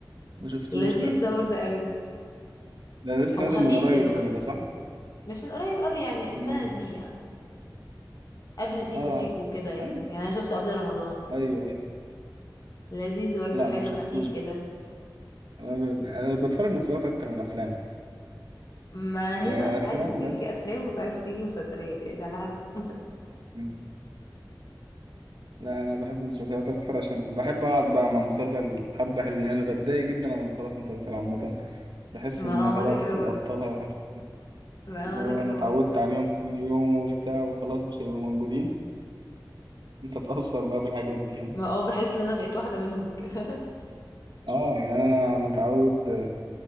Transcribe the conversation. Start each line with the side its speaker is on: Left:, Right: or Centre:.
Right: ما شفتوش
Left: لذيذ
Right: لا
Left: ده برضه قوي
Right: ده لسه
Left: هو
Right: نازل
Left: خفيف
Right: من قريب
Left: كده
Right: الفيلم
Left: برضه
Right: ده صح
Left: مش من قريب قوي يعني السنة
Right: امم
Left: دي يعني قبل سيكو
Right: اه
Left: سيكو كده يعني
Right: ايوه
Left: يعني انا شفته قبل رمضان
Right: ايوه ايوه
Left: لذيذ برضه
Right: لا
Left: حلو
Right: ما شفتوش
Left: خفيف كده
Right: انا ب- انا بتفرج مسلسلات اكتر من افلام
Left: ما
Right: يعني
Left: هي بقى
Right: أنا
Left: ساعات
Right: افلام
Left: بتيجي كأفلام وساعات بتيجي مسلسلات يعني على حسب <laughs>
Right: بجد لا انا بحب المسلسلات اكتر عشان بحب اقعد بقى مع مسلسل حبه حلوين انا بتضايق جدا لما بخلص مسلسل عامه بحس
Left: ما
Right: ان
Left: اه
Right: خلاص
Left: انا كده برضه
Right: الابطال هيوحشوا
Left: ما
Right: اللي
Left: اه
Right: هو
Left: انا كده
Right: انا اتعودت
Left: برضه
Right: عليهم كل يوم وبتاع وخلاص مش هيبقوا موجودين انت تأثر بقى بالحاجات دي انا
Left: ما اه بحس ان انا بقيت واحدة منهم كده
Right: اه يعني انا متعود آه،